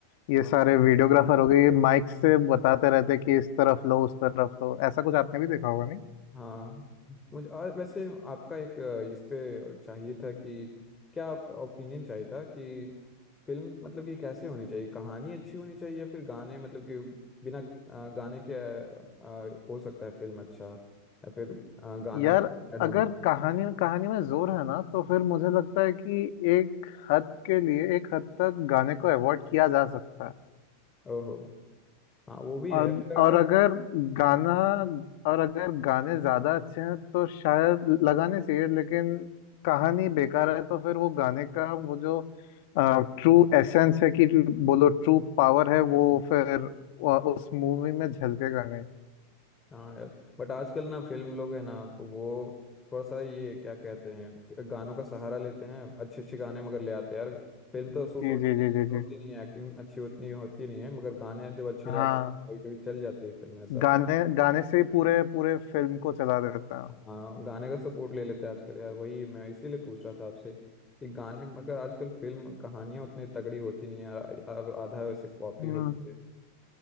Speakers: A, on the left; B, on the left.
A: ये
B: हाँ
A: सारे वीडियोग्राफर हो गए ये माइक से बताते रहते हैं कि इस तरफ लो उस तरफ लो ऐसा कुछ आपने भी देखा होगा नहीं
B: हाँ मुझे आ, वैसे आपका एक अ, इस पे चाहिए था कि क्या आप ओपिनियन चाहिए था कि फिल्म मतलब कि कैसे होनी चाहिए कहानी अच्छी होनी चाहिए या फिर गाने मतलब कि बिना अ, गाने के अ, अ, हो सकता है फिल्म अच्छा या फिर अ, गाना
A: यार
B: ऐड होना
A: अगर कहानी कहानी में जोर है ना तो फिर मुझे लगता है कि एक हद के लिए एक हद तक गाने को अवॉइड किया जा सकता है
B: ओहो हाँ वो भी
A: और
B: है पर
A: और
B: अगर
A: अगर गाना और अगर गाने ज्यादा अच्छे हैं तो शायद लगाने चाहिए लेकिन कहानी बेकार है तो फिर वो गाने का वो जो ट्रू एसेंस है कि बोलो ट्रू पावर है वो फिर अ, उस मूवी में झलकेगा नहीं
B: हाँ यार बट आजकल ना फिल्म लोग है ना तो वो थोड़ा सा ये क्या कहते हैं फि- गानों का सहारा लेते हैं अच्छे अच्छे गाने मगर ले आते हैं यार फिल्म तो
A: जी
B: शूट होती
A: जी जी जी
B: होती
A: जी
B: नहीं है एक्टिंग अच्छी उतनी होती नहीं है मगर गाने जब अच्छे ले
A: हाँ
B: आते हैं कभी कभी चल जाती है फिल्म ऐसा
A: गाने गाने से ही पूरे पूरे फिल्म को चला देता
B: हाँ गाने का सपोर्ट ले लेते हैं आजकल यार वही मैं इसीलिए पूछ रहा था आपसे कि गाने मगर आजकल फिल्म कहानियां उतनी तगड़ी होती नहीं है यार और आधा वैसे कॉपी
A: है
B: होती है